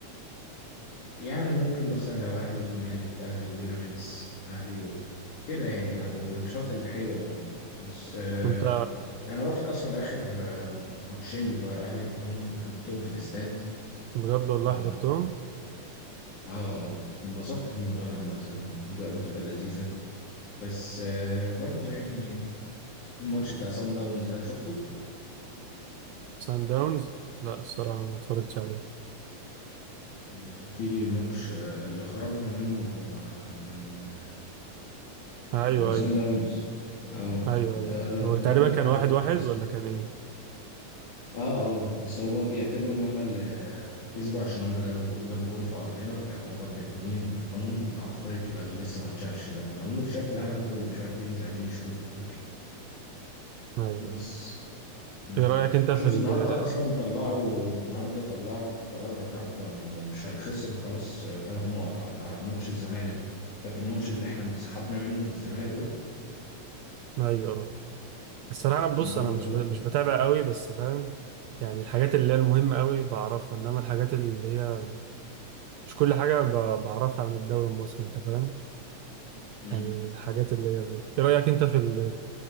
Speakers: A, on the left (about 70°); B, on the right (about 70°).
A: يعني ممكن بس أنا لو اهلي وزمالك اهلي وبيراميدز اهلي و... كده يعني لو ماتشات الحلوه برضو بس آه،
B: انت
A: انا رحت اصلا اخر آه، ماتشين بتوع الاهلي رحتهم في حضرتهم في الاستاد
B: بجد والله
A: ف اه
B: حضرتهم
A: اه اتبسطت فيهم قوي عامه الاجواء بتبقى لذيذه بس آه، برضو يعني الماتش بتاع سان داونز ده شفته
B: سان داونز لا الصراحه ما اتفرجتش عليه
A: م، كان في ماتش آه، اللي خرجنا منه آه، من
B: ايوه
A: من
B: ايوه
A: سان داونز اه
B: ايوه ايوه
A: ده
B: هو تقريبا
A: ده برضو
B: كان
A: حضرته
B: واحد واحد
A: في الاستاد
B: ولا كان ايه
A: اه اه بس هما بيعتبروا ان هما اللي كسبوا عشان هما جابوا جو- جابوا جون في ارضنا فيعتبر باتنين والقانون بتاع افريقيا اللي لسه ما اتشالش ده لو انه اتشال في العالم كله مش عارف ليه مش عايزين يشيلوه في افريقيا
B: ايوه
A: بس
B: ايوه
A: مم.
B: ايه رايك انت في
A: شفت
B: ال...
A: النهارده اصلا طلعوا النهارده طلعوا قرار الرابطه انه مش هيتخصم خلاص ثلاث نقط بتاعت ماتش الزمالك فاكر الماتش اللي احنا انسحبنا منه في الزمالك ده
B: ايوه الصراحة بص
A: النهارده
B: أنا مش
A: طلع
B: بت- مش بتابع قوي بس فاهم يعني الحاجات اللي هي المهمة قوي بعرفها إنما الحاجات اللي هي مش كل حاجة ب- بعرفها عن الدوري المصري أنت فاهم
A: مم.
B: يعني الحاجات اللي هي دي إيه رأيك أنت في ال-